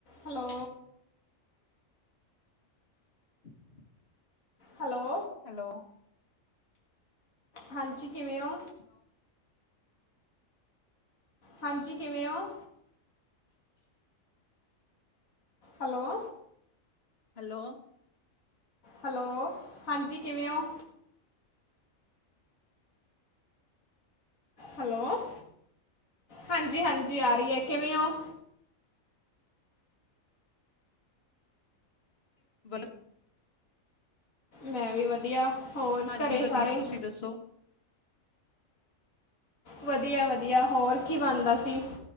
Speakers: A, on the left; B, on the left.
A: Hello.
B: <inaudible>
A: Hello.
B: Hello.
A: ਹਾਂਜੀ ਕਿਵੇਂ ਹੋ
B: ਹੈਲੋ
A: ਹਾਂਜੀ ਕਿਵੇਂ ਹੋ ਹੈਲੋ
B: ਹੈਲੋ
A: ਹੈਲੋ, ਹਾਂਜੀ ਕਿਵੇਂ ਹੋ ਹੈਲੋ, ਹਾਂਜੀ- ਹਾਂਜੀ ਆ ਰਹੀ ਹੈ, ਕਿਵੇਂ ਹੋ
B: ਵਲ <unintelligible>
A: ਮੈਂ ਵੀ ਵਧੀਆ। ਹੋਰ
B: ਹਾਂਜੀ
A: ਘਰੇ
B: ਵਧੀਆ
A: ਸਾਰੇ
B: ਤੁਸੀਂ ਦੱਸੋ?
A: ਵਧੀਆ ਵਧੀਆ, ਹੋਰ ਕੀ ਬਣਦਾ ਸੀ।